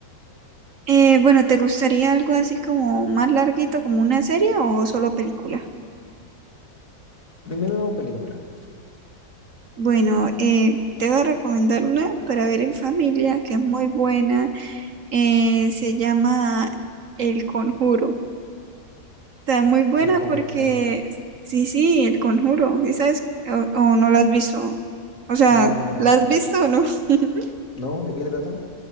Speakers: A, on the right (about 50°); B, on the left (about 45°).
A: Eh, bueno, ¿te gustaría algo así como más larguito, como una serie o solo película?
B: Primero, película, sí.
A: Bueno, eh, te voy a recomendar una para ver en familia que es muy buena, eh, se llama El Conjuro. Está muy buena
B: El Conjuro.
A: porque sí, sí, el conjuro, ¿sí sabes? O, o no la has visto. O sea,
B: No, no la he visto.
A: ¿la has visto o no? <laughs>
B: ¿No? ¿De qué trata?